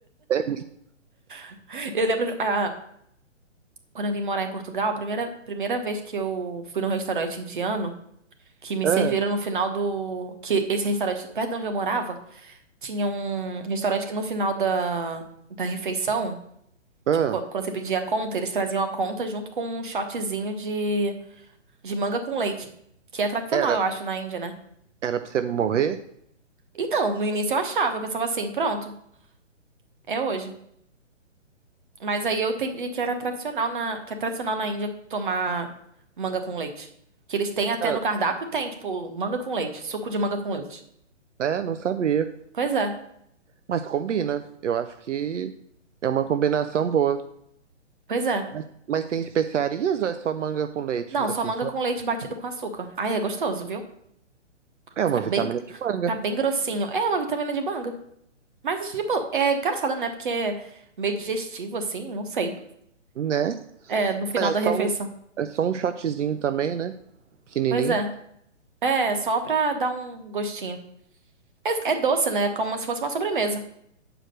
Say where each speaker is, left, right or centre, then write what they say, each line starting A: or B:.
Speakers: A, on the right (about 70°); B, on the right (about 40°).
A: é-
B: <laughs> Eu lembro, ah, quando eu vim morar em Portugal, a primeira, primeira vez que eu fui num restaurante indiano, que me
A: ah,
B: serviram no final do. Que esse restaurante, perto de onde eu morava, tinha um restaurante que no final da, da refeição,
A: ah,
B: tipo, qu- quando você pedia a conta, eles traziam a conta junto com um shotzinho de, de manga com leite, que é tradicional,
A: era,
B: eu acho, na Índia, né?
A: era pra você morrer?
B: Então, no início eu achava, eu pensava assim, pronto, é hoje. Mas aí eu entendi que era tradicional na, que é tradicional na Índia tomar manga com leite. Que eles têm até
A: Ah,
B: no cardápio, tem, tipo, manga com leite, suco de manga com leite.
A: É, não sabia.
B: Pois é,
A: Mas combina. Eu acho que é uma combinação boa.
B: pois é.
A: Mas, mas tem especiarias ou é só manga com leite?
B: Não,
A: né,
B: só
A: Assim,
B: manga
A: só...
B: com leite batido com açúcar. Aí é gostoso, viu?
A: É uma
B: Fica
A: vitamina
B: bem,
A: de manga,
B: fica bem grossinho. É uma vitamina de manga. Mas, tipo, é engraçado, né? Porque é meio digestivo, assim, não sei.
A: né?
B: É, no final
A: Mas É
B: da refeição.
A: só um, é só um shotzinho também, né? Pequenininho.
B: Pois é. É, só pra dar um gostinho. É, é doce, né? Como se fosse uma sobremesa.